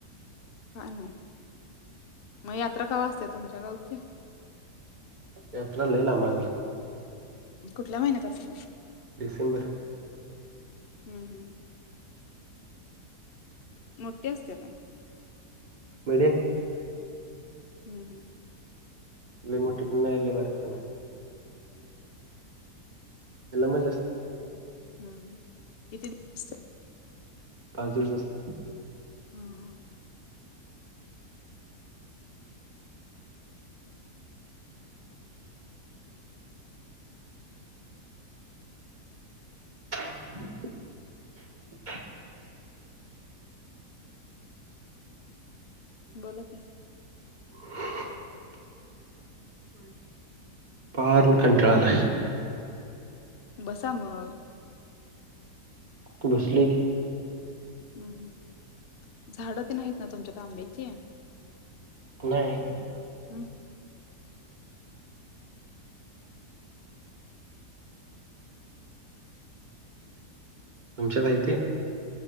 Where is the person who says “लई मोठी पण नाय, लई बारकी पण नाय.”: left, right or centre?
Right